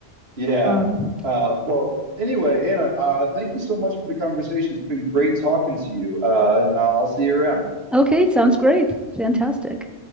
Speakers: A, on the right; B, in the centre.
A: yeah.
B: Um,
A: Uh, well, anyway, Anna, uh, thank you so much for the conversation. It's been great talking to you, uh, and I'll I'll see you around.
B: okay, sounds great. Fantastic.